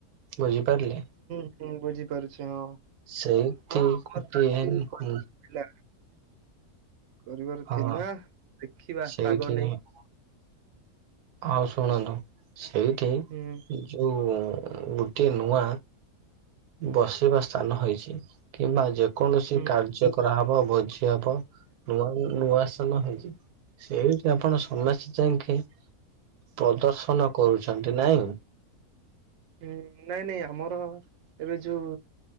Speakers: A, on the right (about 80°); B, on the right (about 65°).
A: ବୁଝି ପାରିଲେ?
B: ମୁଁ ବୁଝିପାରୁଛି ହଁ
A: ସେଇଠି
B: ହଁ ଆମର
A: ଗୋଟିଏ
B: <unintelligible> କରିବାର
A: ହୁଁ
B: ଥିଲା। କରିବାର
A: ହଁ
B: ଥିଲା ଦେଖିବା
A: ସେଇଠି
B: ପାଗ ନେଇକି
A: ଆଉ ଶୁଣନ୍ତୁ ସେଇଠି
B: ହୁଁ
A: ଯୋଉ ଗୋଟିଏ ନୂଆ ବସିବା ସ୍ଥାନ ହେଇଛି କିମ୍ବା ଯେ କୌଣସି
B: ହୁଁ
A: କାର୍ଯ୍ୟ କରାହବ ଭୋଜି ହବ ନୂଆ ନୂଆ ସ ସ୍ତାନହେଇଛି ସେଠି ଆପଣ ସମେସ୍ତ ଖି ପ୍ରଦର୍ଶନ କରୁଛନ୍ତି ନାଇଁ
B: ହୁଁ ନାଇଁ ନାଇଁ ଆମର ଏବେ ଯୋଉ